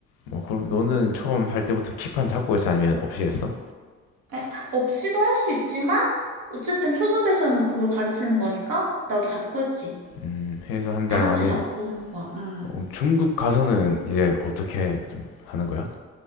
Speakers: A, on the left (about 60°); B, on the right (about 55°).
A: 뭐, 그럼 너는 처음 할 때부터 킥판 잡고 했어? 아니면 없이 했어?
B: 에, 없이도 할 수 있지만, 어쨌든 초급에서는 그걸 가르치는 거니까 나도 잡고 했지.
A: 음, 해서 한 달
B: 다 같이
A: 만에.
B: 잡고 하는 거야. 음.
A: 어, 중급 가서는 이제 어떻게 좀 하는 거야?